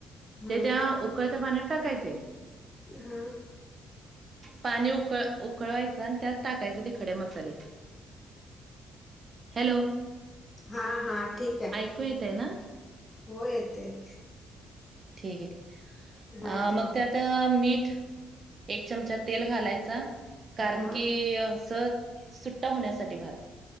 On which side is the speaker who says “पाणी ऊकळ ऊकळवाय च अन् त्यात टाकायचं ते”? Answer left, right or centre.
Right